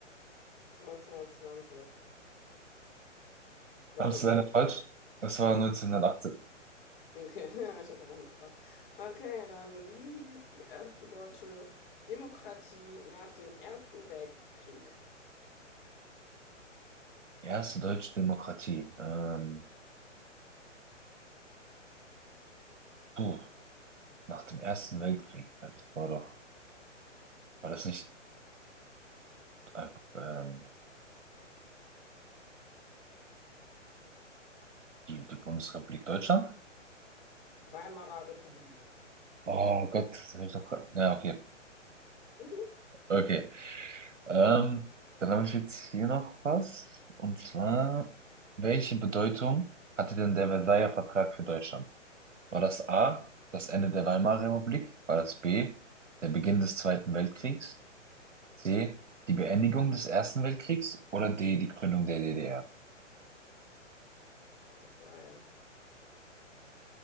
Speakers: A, on the left; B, on the right.
A: 1920. Weiß
B: Das
A: ich aber
B: ist leider
A: nicht.
B: falsch. Das war 1918.
A: Okay, <laughs> ja, ich habe auch nur geraten. Okay, dann, wie hieß die erste deutsche Demokratie nach dem Ersten Weltkrieg?
B: Erste deutsche Demokratie. Ähm, puh, nach dem Ersten Weltkrieg. Ja, Das war doch, war das nicht einfach ähm, die, die Bundesrepublik Deutschland?
A: Weimarer Republik.
B: Oh Gott, das habe ich doch. Ja, okay.
A: Mhm.
B: <laughs> Okay. Ähm, dann habe ich jetzt hier noch was. Und zwar, welche Bedeutung hatte denn der Versailler Vertrag für Deutschland? War das A, das Ende der Weimarer Republik? War das B, der Beginn des Zweiten Weltkriegs? C, die Beendigung des Ersten Weltkriegs? Oder D, die Gründung der DDR?
A: Versailles.